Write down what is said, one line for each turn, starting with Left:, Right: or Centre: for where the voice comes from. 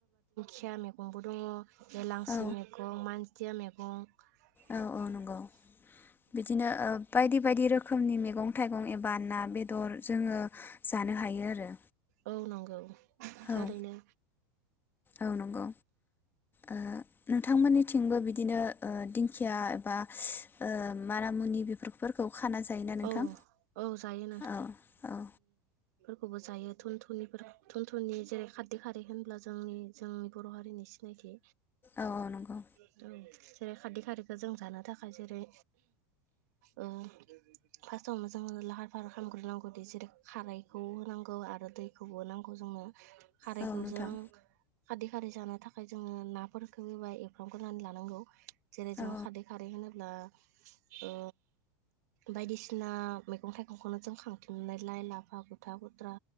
Right: खिया मेगंबो दङ'। हेलांसि
Left: औ
Right: मेगं मानज खिया मेगं। <inaudible>
Left: औ औ नंगौ बिदिनो ओ बायदि बायदि रोखोमनि मेगं थाइगं एबा ना बेदर जोङो जानो हायो आरो।
Right: औ नंगौ थारैनो।
Left: औ औ नंगौ ओ नोंथांमोननिथिंबो बिदिनो ओ दिंखिया एबा ओ माना मुनि बिफोर फोरखौ खाना जायोना
Right: औ
Left: नोंथां?
Right: औ जायो
Left: औ औ।
Right: खौबो जायो। थुनथुनिफोर थुनथुनि जेरै खाददै खारै होनब्ला जोंनि जोंनि बर' हारिनि सिनायथि।
Left: औ नंगौ
Right: <unintelligible> जेरै खाददै खारैखो जों जानो थाखाय जेरै ओ फास्टआवनो जोङो लाहार फाहार खामग्रोनांगौदि जेरै खारैखौ होनांगौ आरो दैखौबो नांगौ जोंनो। खारैखौ
Left: औ नोंथां
Right: जों खारदै खारै जानो थाखाय जोङो नाफोरखौ एबा एवफ्रामग्रोनानै लानांगौ। जेरै जोंङो
Left: औ
Right: खारै खारै होनोब्ला ओ बायदिसिना मैगं थाइगंखौनो जों खांथननायलाय लाफा गुथा गुद्रा